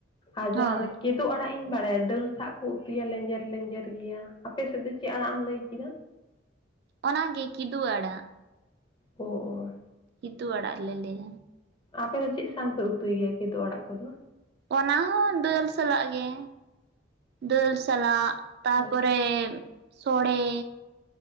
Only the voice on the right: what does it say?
ᱦᱳᱭ
ᱚᱱᱟᱜᱮ ᱠᱤᱫᱩ ᱟᱲᱟᱜ
ᱠᱤᱫᱩᱜ ᱟᱲᱟᱜ ᱞᱮ ᱞᱮᱭ
ᱚᱱᱟ ᱦᱚᱸ ᱫᱟᱹᱞ ᱥᱟᱞᱟᱜ ᱜᱮ ᱫᱟᱹᱞ ᱥᱟᱞᱟᱜ᱾ ᱛᱟᱨᱯᱚᱨᱮ
ᱥᱚᱲᱮ